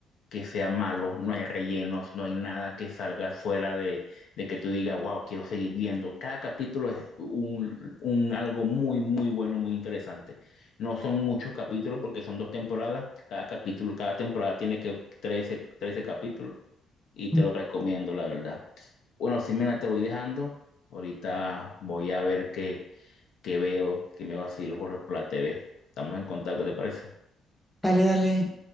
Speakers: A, on the left; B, in the centre.
A: que sea malo, no hay rellenos, no hay nada que salga fuera de, de que tú digas, wow, quiero seguir viendo. Cada capítulo es un, un algo muy, muy bueno, muy interesante. No son muchos capítulos porque son dos temporadas. Cada capítulo, cada temporada tiene que trece trece capítulos y te
B: Ujú.
A: lo recomiendo, la verdad. Bueno, Simena, te voy dejando. Ahorita voy a ver qué que veo, que me vacilo por, la por la TV. Estamos en contacto, ¿te parece?
B: Dale, dale,